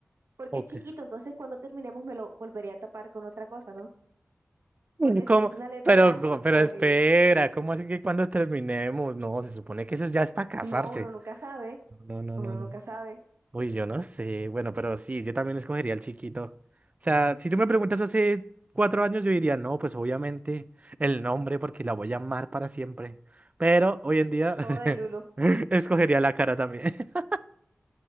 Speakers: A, on the right; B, on the right.
A: porque
B: Ok.
A: es chiquito, entonces cuando terminemos me lo volvería a tapar con otra cosa, ¿no?
B: <laughs>
A: Porque
B: ¿Cómo?
A: si es una letra
B: Pero,
A: grande,
B: co- pero
A: horrible.
B: espera, ¿cómo así que cuando terminemos? No, se supone que eso ya es para casarse.
A: No, uno nunca sabe,
B: No, no,
A: uno
B: no, no.
A: nunca sabe.
B: Uy, yo no sé. Bueno, pero sí, yo también escogería al chiquito. O sea, si tú me preguntas hace cuatro años, yo diría, no, pues obviamente el nombre, porque la voy a amar para siempre. Pero hoy en día
A: Todo de Lulo.
B: <laughs> escogería la cara también. <laughs>